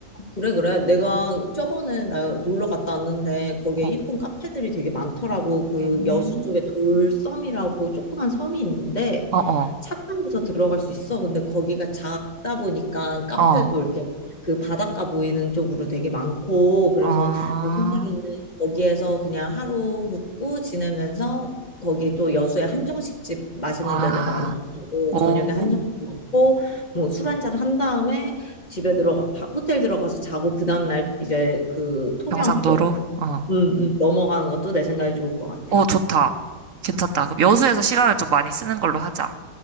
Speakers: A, on the left; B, on the right.
A: 그래, 그래. 내가
B: 어,
A: 저번에 나 놀러 갔다 왔는데 거기에
B: 어,
A: 이쁜 카페들이 되게 많더라고. 그
B: 음.
A: 여수 쪽에 돌섬이라고 조그만 섬이 있는데
B: 어, 어,
A: 차 타고서 들어갈 수 있어. 근데 거기가 작다 보니까 카페도
B: 어,
A: 이렇게 그 바닷가 보이는 쪽으로 되게 많고 그래서
B: 아,
A: 내 생각에는 거기에서 그냥 하루 묵고 지내면서 거기 또 여수에 한정식집 맛있는
B: 아,
A: 데들 많아가지고
B: 오,
A: 저녁에 한정식 먹고 뭐 술 한잔 한 다음에 집에 들어가 바- 호텔 들어가서 자고 그 다음 날 이제 그 통영
B: 경상도로?
A: 쪽
B: 어,
A: 음, 음, 넘어가는 것도 내 생각이 좋을 것 같아.
B: 어, 좋다. 괜찮다. 그럼 여수에서 시간을 좀 많이 쓰는 걸로 하자.